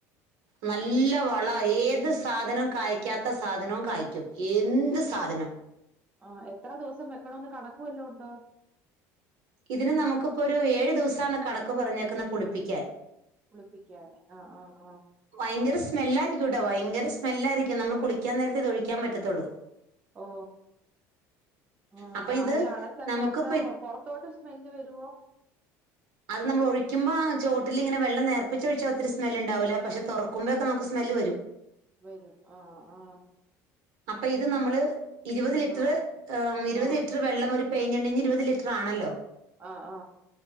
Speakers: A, on the right; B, on the right.
A: നല്ല വ ളാ ഏത് സാധനം കായക്കാത്ത സാധനവും കായ്ക്കും എന്ത് സാധനം
B: ആഹ് എത്ര ദിവസം വെക്കണന്ന് കണക്ക് വല്ലോ ഉണ്ടോ
A: ഇതിന് നമുക്കിപ്പോ ഒരു ഏഴു ദിവസമാണ് കണക്ക് പറഞ്ഞേക്കുന്നത് പുളിപ്പിക്കാൻ
B: പുളിപ്പിക്കാന് ആഹ് ആഹ് ആഹ്
A: ഭയങ്കര സ്മെല്ലായിരിക്കും കേട്ടെ ഭയങ്കര സ്മെല്ലായിയിരിക്കും ട്ടൊ ഭയങ്കര സ്മെല്ലായിരിക്കും നമ്മള് കുളിക്കാൻ നേരത്തെ ഇത് ഒഴിക്കാൻ പറ്റത്തുള്ളൂ
B: ഓ ആ
A: അപ്പൊ
B: ബരെല്ലാം
A: ഇത്
B: അടച്ചങ്ങ്
A: നമുക്കിപ്പോ
B: വച്ചാ
A: ഇത്
B: പുറത്തോട്ട് സ്മെല് വരുവോ
A: അത് നമ്മൾ ഒഴിക്കുമ്പോ ചോട്ടിലിങ്ങനെ വെള്ളം നേർപ്പിച്ച് ഒഴിച്ചാ ഒത്തിരി സ്മെല്ണ്ടാവില്ല പക്ഷെ തുറക്കുമ്പോക്കെ നമുക്ക് സ്മെല് വരും
B: വരും ആഹ് ആഹ്
A: അപ്പൊ ഇത് നമ്മള് ഇരുപത് ലിറ്ററ്
B: ആ
A: ഇരുപത്
B: ആ
A: ലിറ്റർ വെള്ളം ഒരു പെയിന്റ്ണ്ടെങ്കി ഇരുപത് ലിറ്റർ റാണല്ലോ
B: ആ ആ